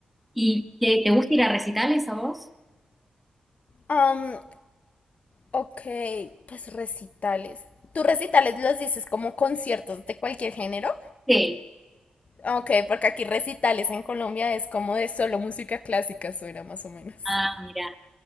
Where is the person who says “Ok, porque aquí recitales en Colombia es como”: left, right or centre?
Left